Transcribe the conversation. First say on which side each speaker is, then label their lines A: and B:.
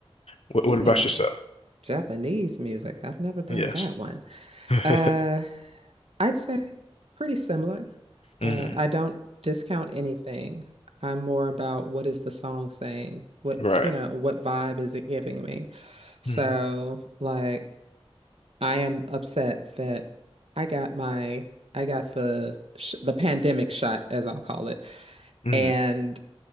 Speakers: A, on the left; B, on the right.
A: What
B: Hmm.
A: what about yourself?
B: Japanese music. I've never done
A: Yes.
B: that one.
A: <laughs>
B: Uh I'd say pretty similar.
A: hmm
B: Uh, I don't discount anything. I'm more about what is the song saying? What,
A: Right.
B: you know, what vibe is it giving me? So,
A: Mm-hmm.
B: like, I am upset that I got my, I got the sh the pandemic shot, as I'll call it,
A: Mm.
B: and